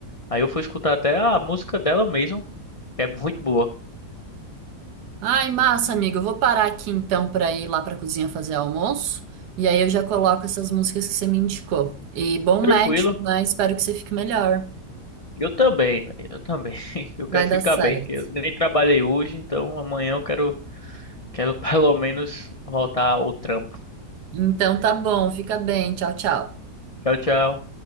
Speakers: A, on the left (about 55°); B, on the right (about 75°).
A: Aí eu fui escutar até a música dela mesmo, que é muito boa.
B: Ai, massa, amigo. Eu vou parar aqui então para ir lá pra cozinha fazer almoço. E aí eu já coloco essas músicas que você me indicou. E bom
A: Tranquilo.
B: médico, né? Espero que você fique melhor.
A: Eu também, véi, eu também. <laughs> Eu
B: Vai
A: quero
B: dar
A: ficar
B: certo.
A: bem, que eu nem trabalhei hoje, então amanhã eu quero, quero <laughs> pelo menos voltar ao trampo.
B: Então tá bom, fica bem. Tchau, tchau.
A: Tchau, tchau.